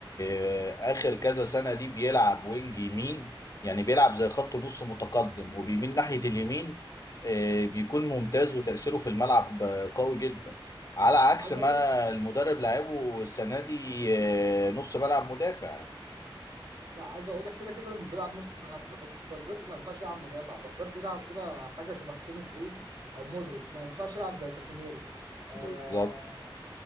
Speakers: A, on the left; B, on the right.
A: آه، اخر كذا سنه دي بيلعب وينج يمين يعني بيلعب زي خط نص متقدم وبيميل ناحيه اليمين آه، بيكون ممتاز وتاثيره في الملعب آه، قوي جدا على عكس
B: عايز
A: ما
B: اقول
A: المدرب لعبه السنه دي آه، نص ملعب مدافع
B: لا عايز اقول لك كده كده لما بيلعب نص م- فالفيردي ما ينفعش يلعب مدافع فالفيردي يلعب كده حاجه شبه توني كروز او مودريتش ما ينفعش يلعب زي كاسانيرو آه
A: بالظبط